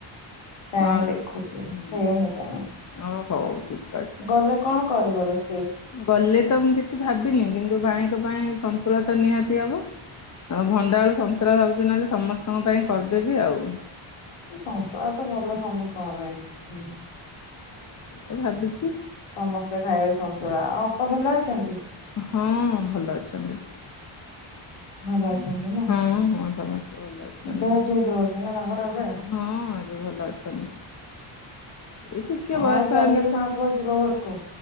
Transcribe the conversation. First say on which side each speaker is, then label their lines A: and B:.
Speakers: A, on the left; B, on the left.
A: ଟାଇମ
B: ଆ
A: ଦେଖୁଛି
B: ହୁଁ,
A: ହେଇନି ଟାଇମ
B: ଓ ହଉ ଠିକ
A: ଗଲେ କଣ କରିବ ରୋଷ
B: ଗଲେ ତ ମୁଁ କିଛି ଭାବିନି। କିନ୍ତୁ ଭାଇଙ୍କ ପାଇଁ ସନ୍ତୁଳା ତ ନିହାତି ହବ। ଆଉ ଭଣ୍ଡା ଆଳୁ ସନ୍ତୁଳା ଭାବୁଚି ନହେଲେ ସମସ୍ତଙ୍କ ପାଇଁ କରିଦେବି ଆଉ।
A: ସନ୍ତୁଳା ତ ଭଲ ସମସ୍ତଙ୍କ ପାଇଁ। ହୁଁ,
B: ଏ ଭାବିଛି
A: ସମସ୍ତେ ଖାଇବେ ସନ୍ତୁଳା। ଆଉ ଅପା ଭଲ ଅଛନ୍ତି?
B: ହଁ ଭଲ ଅଛନ୍ତି।
A: ଭଲ
B: ହଁ,
A: ଅଛନ୍ତି ନା
B: ହଁ ସମସ୍ତେ ଭଲ ଅଛନ୍ତି।
A: ଦେହ ଠିକ ରହୁଛି ନା ତାଙ୍କର ଏବେ?
B: ହଁ ଏବେ ଭଲ ଅଛନ୍ତି। ଏ ଟିକେ ବୟସ
A: ଆଉ ଚାଲିକି
B: ହେଲେ ତ,
A: ମା ପୁଅ ଯିବ ଘରକୁ